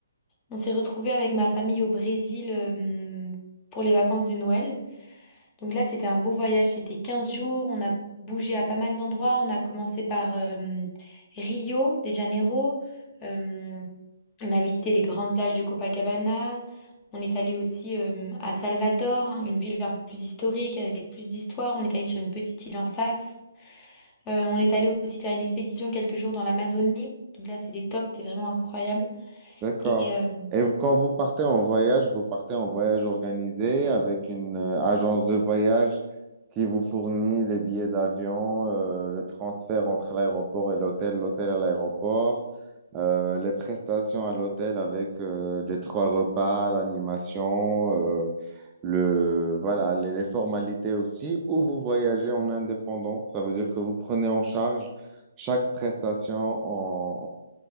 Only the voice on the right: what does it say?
D'accord.
Et vous- quand vous partez en voyage, vous partez en voyage organisé avec une euh, agence de voyage qui vous fournit les billets d'avion, euh, le transfert entre l'aéroport et l'hôtel, l'hôtel à l'aéroport, euh, les prestations à l'hôtel avec euh, les trois repas, l'animation, euh, le, voilà, les, les formalités aussi, ou vous voyagez en indépendant. Ça veut dire que vous prenez en charge chaque prestation en,